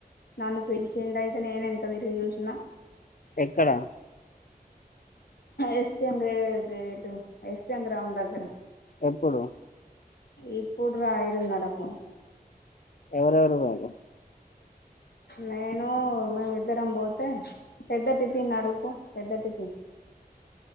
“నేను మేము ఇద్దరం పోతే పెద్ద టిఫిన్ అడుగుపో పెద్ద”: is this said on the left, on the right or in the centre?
Left